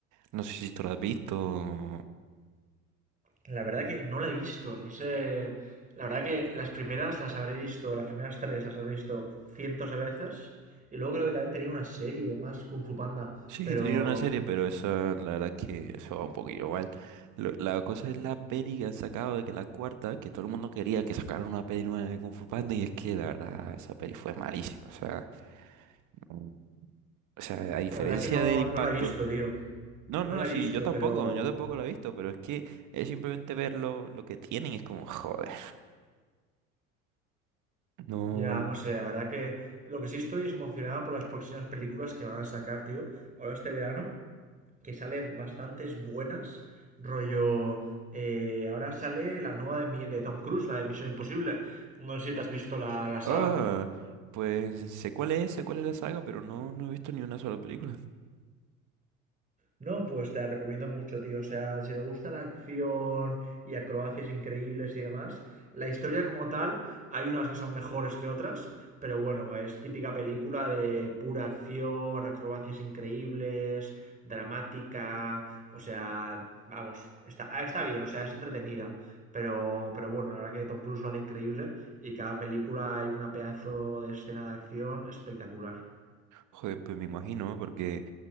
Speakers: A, on the right; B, on the right.
A: No sé si tú la has visto.
B: La verdad que no la he visto, no sé. La verdad que las primeras las habré visto, las primeras tres las habré visto cientos de veces. Y luego creo que también tenía una serie más, Kung Fu Panda.
A: Sí,
B: Pero
A: tenía una serie, pero esa, la verdad que eso va un poquillo mal. Lo- la cosa es la peli que han sacado de que la cuarta, que todo el mundo quería que sacaran una peli nueva de Kung Fu Panda, y es que la verdad, esa peli fue malísima. O sea, Mm. o sea, a diferencia
B: la verdad que no,
A: del impacto.
B: no la he visto, tío.
A: No,
B: No
A: no, no,
B: la
A: sí,
B: he visto,
A: yo tampoco,
B: pero
A: yo tampoco la he visto, pero es que es simplemente ver lo, lo que tienen, y es como, joder. No.
B: Ya, no sé, la verdad que lo que sí estoy es emocionado por las próximas películas que van a sacar, tío. Ahora este verano, que salen bastantes buenas, rollo... eh, ahora sale la nueva de, mi- de Tom Cruise, la de Misión Imposible. No sé si te has visto la, la saga.
A: Ah, pues sé cuál es, sé cuál es la saga, pero no, no he visto ni una sola película.
B: No, pues te la recomiendo mucho, tío. O sea, si te gusta la acción y acrobacias increíbles y demás, la historia como tal, hay unas que son mejores que otras, pero bueno, es típica película de pura acción, acrobacias increíbles, dramática, o sea, vamos, está, está bien, o sea, es entretenida. Pero, pero bueno, la verdad que Tom Cruise lo hace increíble y cada película hay una pedazo de escena de acción espectacular.
A: Joder, pues me imagino, ¿no? porque